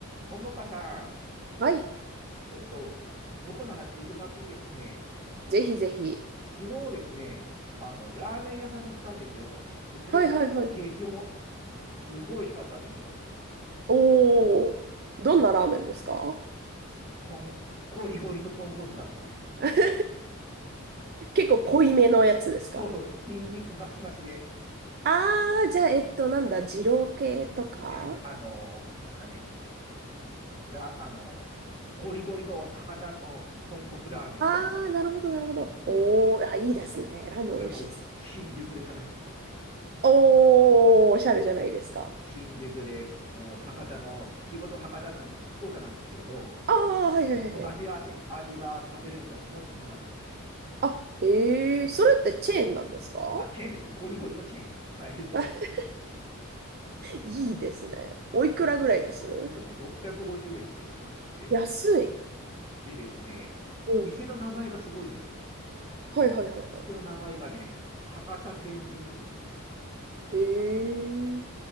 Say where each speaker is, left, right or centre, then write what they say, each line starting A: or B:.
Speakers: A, on the right; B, on the right.
A: ももかさ
B: はい。
A: ん、えっと、僕の話聞いてもらっていいですかね。
B: ぜひぜひ。
A: 昨日ですね、あの、ラーメン屋さんに行ったんですよ。で、それがね、
B: はいはいはいはい。
A: 激重。もうすごい美味しかったんですよ。
B: おー。どんなラーメンですか
A: とん、ゴリゴリの豚骨だったんですよ。
B: <laughs> 結構濃いめのやつですか
A: そうそう、ニンニクマシマシで。
B: あー、じゃあ、えっと、なんだ、二郎系とか
A: いやいや、あの、なんすかね、ラ、あの、ゴリゴリの博多の豚骨ラーメン食べたんですよ。
B: あー、なるほどなるほど。
A: うん。
B: おー、あ、いいですね。ラーメン美味しいです。
A: うんそれも新宿で食べさせていただきました。
B: おー、おしゃれじゃないですか。
A: 新宿で、もう博多の、地元博多なんです、福岡なんですけれど、
B: あー、はいはいはいはい。
A: 同じ味、味が食べれると思ってもなかったですよ。
B: あ、へえ、それってチェーンなんですか
A: うんあ、チェーンです。ゴリゴリのチェーンでした。はい。<laughs>
B: <laughs> いいですね。おいくらぐらいです
A: えっとね、650円っていう安くて。
B: 安い。
A: でですね、
B: うん。
A: 店の名前がすごいんですよ。
B: はいはいはいはい。
A: 店の名前がね、博多天神っていうんですよ。
B: へえ。
A: 知ってます。
B: い